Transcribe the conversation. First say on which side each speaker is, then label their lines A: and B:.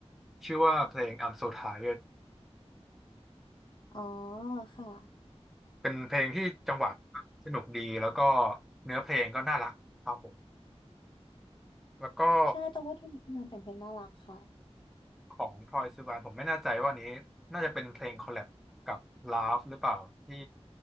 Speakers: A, in the centre; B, on the left.
A: ชื่อว่าเพลง I'm So Tired
B: อ๋อค่ะ
A: เป็นเพลงที่จังหวะสนุกดีแล้วก็เนื้อเพลงก็น่ารักครับผมแล้วก็
B: ใช่ตองว่าทีมงานแต่งเพลงน่ารักค่ะ
A: ของทรอยซิวานผมไม่แน่ใจว่าอันนี้น่าจะเป็นเพลงคอลแลบกับ Love หรือเปล่าที่